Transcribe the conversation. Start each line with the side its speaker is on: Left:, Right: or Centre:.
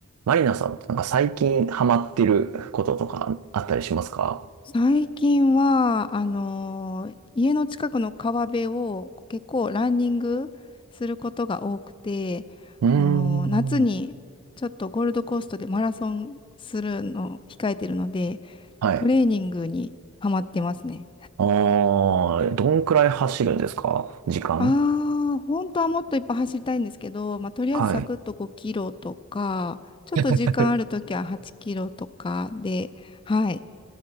Right: マリナさんってなんか最近ハマってることとかあったりしますか
Left: 最近は、あのー家の近くの川辺を結構ランニングすることが多くて、
Right: うーん。
Left: あのー夏にちょっとゴールドコーストでマラソンするのを控えてるので、
Right: はい。
Left: トレーニングにハマってますね。
Right: ああ、どんくらい走るんですか時間
Left: ああ、本当はもっといっぱい走りたいんですけど、まあ、とりあえずサクッと5キロとか、
Right: はい。
Left: ちょっと時間あるときは8キロとかで、
Right: <laughs>
Left: はい、